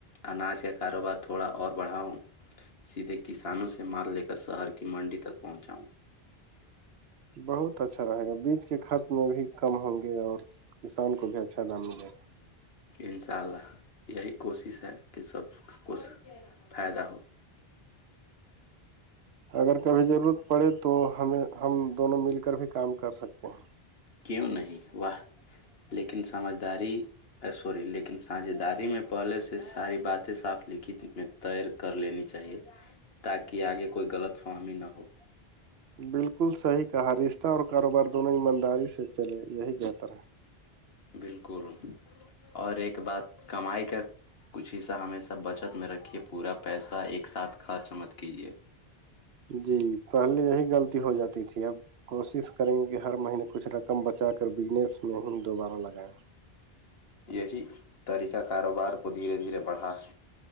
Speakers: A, on the left; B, on the right.
A: اناج کا کاروبار تھوڑا اور بڑھاؤں سیدھے کسانوں سے مال لے کر شہر کی منڈی تک پہنچاؤں
B: بہت اچھا رہے گا بیج کے خرچ میں بھی کم ہوں گے اور کسان کو بھی اچھا دام ملے گا
A: ان شاء اللہ یہی کوشش ہے کہ سب کچھ فائدہ ہو
B: اگر کبھی ضرورت پڑے تو ہمیں ہم دونوں مل کر بھی کام کر سکتے ہیں
A: کیوں نہیں وہاہ لیکن سمجھداری ا سوری لیکن ساجھداری میں پہلے سے ساری باتیں صاف لکھی میں تیر کر لینی چاہیے تاکہ آگے کوئی غلط فہمی نہ ہو
B: بالکل صحیح کہا رشتہ اور کاروبار دونوں ایمانداری سے چلے یہی بہتر ہے
A: بالکل اور ایک بات کمائی کا کچھ حصہ ہمیشہ بچت میں رکھیے پورا پیسہ ایک ساتھ خرچ مت کیجیے
B: جی پہلے یہی غلطی ہو جاتی تھی اب کوشش کریں گے کہ ہر مہینے کچھ رقم بچا کر بجنس میں ہی دوبارہ لگائیں
A: یہی طریقہ کاروبار کو دھیرے دھیرے بڑھا